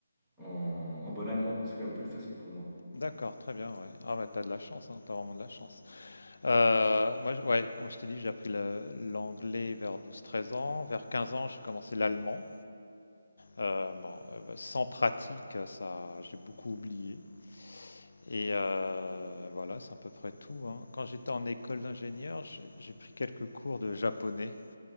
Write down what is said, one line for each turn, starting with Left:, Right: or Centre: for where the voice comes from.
Centre: en, en bon allemand. C'est quand même plus facile pour moi.
Left: D'accord, très bien, ouais. Ah, bah, t'as de la chance, hein, t'as vraiment de la chance. Euh, moi, je- ouais, comme je t'ai dit, j'ai appris le- l'anglais vers douze, treize ans. Vers 15 ans, j'ai commencé l'allemand. Euh, bon, euh, bah, sans pratique, ça, j'ai beaucoup oublié. Et euh, voilà, c'est à peu près tout. hein. Quand j'étais en école d'ingénieur, j'ai j'ai pris quelques cours de japonais.